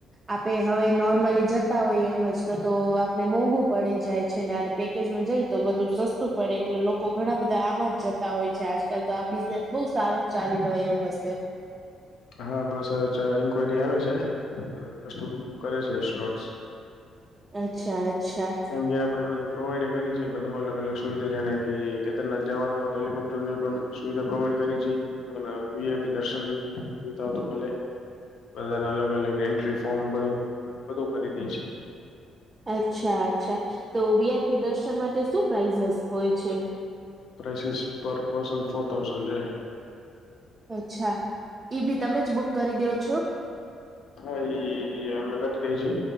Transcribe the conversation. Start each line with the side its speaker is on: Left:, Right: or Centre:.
Right: આપે હવે નોર્મલી જતા હોઈએ એમઝ તો-તો આપને મોંઘુ પડી જાય છે ને. પેકેજમાં જઈ તો બધું સસ્તું પડે એટલે લોકો ઘણા બધા આમાં જ જતા હોય છે આજ કાલ તો આ બિઝનેસ બઉ સારો ચાલી રહ્યો હસે.
Left: હા બસ હવે ચા ઈન્કવાયરી આવે છે, કસ્ટમર બુક કરે છે સ્લોટ.
Right: અચ્છા અચ્છા
Left: કેમ કે આપડે બધુ પ્રોવાઈડે કરી છે બધું અલગ-અલગ સુવિધા જાણે કે કેદરનાથ જવાનો તો હેલિકોપ્ટરની પણ સુવિધા પ્રોવાઈડ કરી છ. વી. આઇ. પી દર્શન જોતા હો તો ભલે બધાના અલગ અલગ એન્ટ્રી ફોર્મ બધું બધું કરી દે છે.
Right: અચ્છા અચ્છા! તો વીઆઈપી દર્શન માટે શું પ્રાઈઝસ હોય છે?
Left: પ્રાસેસ પર પર્શન ફોર થાઝન્ડ રેય.
Right: અચ્છા ઈ ભી તમે જ બુક કરી દો છો?
Left: હા એ અમને કરી દે છે